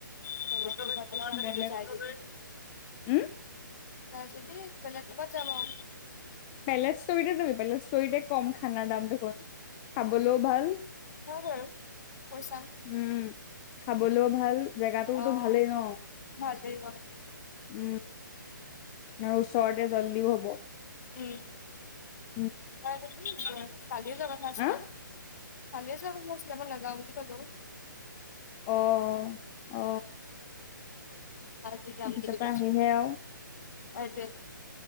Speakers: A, on the left; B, on the left.
A: <unintelligible>
B: বেলেগ উম
A: নাই যদি বেলেগ কবাত যাম আও
B: বেলে ষ্টৰিতে যাবি বেলে ষ্টৰিতে কম খানাৰ দাম দেখোন খাবলো ভাল।
A: সেয়া বাৰু কৈ চাম।
B: উম খাবলো ভাল জেগাটোতো
A: অ'
B: ভালেই ন
A: ভালেই বাৰু
B: উম আৰু ওচৰতে জল্দিও হ'ব।
A: উম
B: উ
A: তোমাৰ এটোত কি কয় কালিয়ে যোৱা কথা আছিলে
B: আহ
A: কালিয়ে যোৱা <unintelligible> আছিলে সেইকাৰণে নেযাওঁ বুলি কলোঁ।
B: অ অ
A: আজি যাম
B: অফিচৰ
A: বুলি
B: পৰা
A: কৈছিলে
B: আহিহে আৰু
A: এটোৱেটো